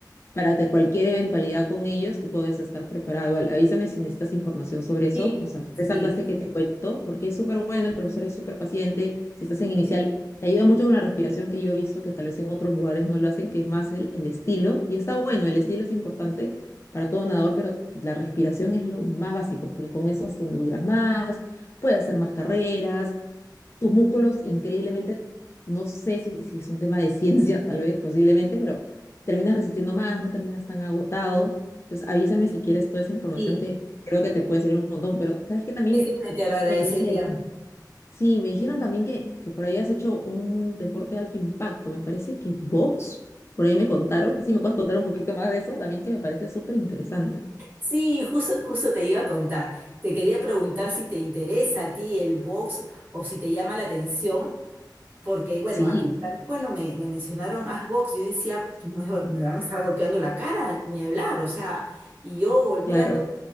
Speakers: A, on the left; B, on the right.
A: para que cualquier eventualidad con ellos tú puedas estar preparado. Igual, avísame si necesitas información sobre eso,
B: sí,
A: o sea, esa
B: sí,
A: clase que te cuento, porque es súper buena, el profesor es súper paciente, si estás en inicial, te ayuda mucho con la respiración que yo he visto que tal vez en otros lugares no lo hacen, que es más el, el estilo, y está bueno, el estilo es importante para todo nadador, pero la respiración es lo más básico, porque con eso es donde duras más, puedes hacer más carreras, tus músculos increíblemente, no sé si, si es un tema de ciencia, tal vez posiblemente, pero terminas resistiendo más, no terminas tan agotado. Entonces avísame si quieres toda esa información
B: sí.
A: que creo que te puede servir un montón, pero sabes que también
B: Eso sí te lo agradecería.
A: me dijeron, sí, me dijeron también que, que por ahí has hecho un deporte de alto impacto, me parece que box, por ahí me contaron, No sé si me puedes contar un poquito más de eso, también que me parece súper interesante.
B: Sí, justo, justo te iba a contar. Te quería preguntar si te interesa a ti el box o si te llama la atención, Porque, bueno,
A: Sí,
B: a mí también cuando me, me mencionaron Asbox, yo decía, "No, eso, me van a estar golpeando la cara, ni hablar, o sea, y yo golpeando,
A: claro.